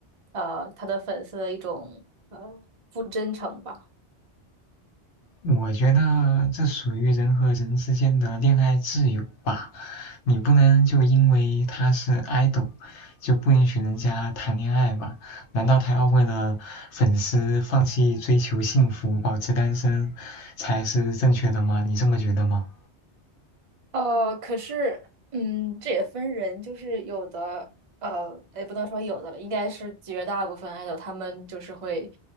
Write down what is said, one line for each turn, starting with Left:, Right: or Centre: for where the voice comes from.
Right: 呃他的粉丝的一种呃不真诚吧。
Left: 我觉得这属于人和人之间的恋爱自由吧，你不能就因为他是 idol 就不允许人家谈恋爱吧？难道他要为了粉丝放弃追求幸福，保持单身才是正确的吗？你这么觉得吗？
Right: 呃，可是，嗯，这也分人，就是有的，呃，也不能说有的了，应该是绝大部分爱豆，他们就是会